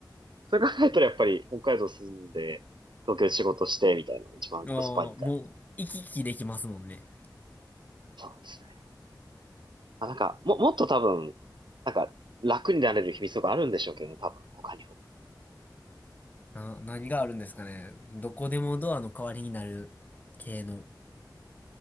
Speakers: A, on the right; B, on the left.
A: それ考えたらやっぱり北海道住んで、東京で仕事してみたいなのが一番コスパいいから。
B: ああ、もう、行き来できますもんね。
A: そうですね。あ、なんか、も、もっと多分、なんか、楽になれる秘密とかあるんでしょうけどね、多分、他にも。
B: な、何があるんですかね。どこでもドアの代わりになる系の。